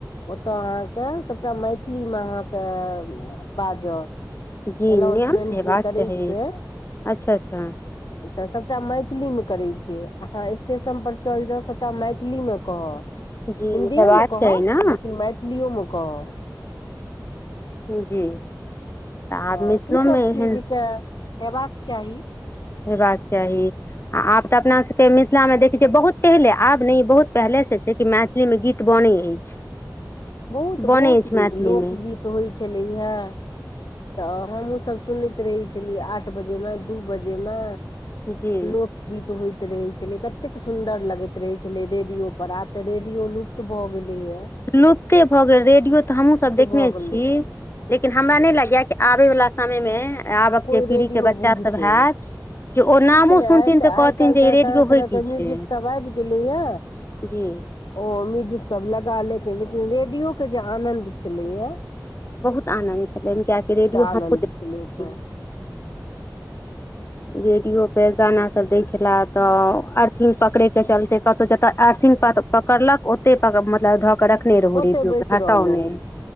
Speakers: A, on the left (about 75°); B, on the left (about 35°).
A: ओतय अहाँ के सभटा मैथिली मे अहाँ के बाजअ
B: जी
A: एनाउंसमेंट
B: नियम छै हेबाक
A: जे करै
B: चाही
A: छै
B: अच्छा अच्छा
A: तऽ सभटा मैथिली मे करै छै अहाँ स्टेशन पर चलि जाउ सभटा मैथिली मे कहत
B: जी
A: हिंदीओ
B: हेबाक
A: मे कहत
B: चाही ने
A: लेकिन मैथिलिओ मे कहत
B: जी आब
A: तऽ
B: मिथिलोमे
A: ईसभ
B: एहन
A: चीज के हेबाक चाही
B: हेबाक चाही आ आब तऽ अपना सबके मिथिला मे देखैत छियै बहुत पहिले आब ने ई बहुत पहिले से छै कि मैथिली मे गीत बने अछि
A: बहुत
B: बनै
A: बहुत
B: अछि
A: नीक
B: मैथिलीमे
A: लोकगीत होइत छलै हेँ तऽ हमहूँ सभ सुनैत रहै छलियै आठ बजे मे दू बजे मे
B: जी
A: लोक गीत होइत रहे छले कतेक सुन्दर लगैत रहै छले रेडियो पर आब तऽ रेडियो लू प्त भऽ गेलैया
B: लुप्ते भऽ गेल रेडियो तऽ हमहूँ सभ देखने
A: भऽ
B: छी
A: गेलै
B: लेकिन हमरा नहि लगैय कि आबयवला समयमे आबक
A: कोइ
B: जे पीढ़ी
A: रेडियो
B: के बच्चा
A: बुझतै
B: सभ हैत जे ओ नामो
A: किछु नहि
B: सुनथिन
A: आइ
B: तऽ कहथिन
A: आइ काल्हि
B: जे
A: तऽ
B: ई रेडियो
A: तरह तरह
B: होइ की
A: के म्यूजिक
B: छै
A: सब आबि गेलैया
B: जी
A: ओ म्यूजिक सभ लगा लेकिन लेकिन रेडियो के जे आनन्द छलैए
B: बहुत आनन्द छलनि कियाकि रेडियो
A: आनंद
B: हमहुँ देखने
A: छलै ओकर
B: छियै रेडियो पर गाना सभ दै छला तऽ अर्थिंग पकड़ै के चलते कतहु जतऽ अर्थिंग पकड़लक ओते मतलब धऽ कऽ रख ने रहु
A: ओते
B: रेडियो
A: बैस
B: के
A: रहलहुँ
B: हटाउ ने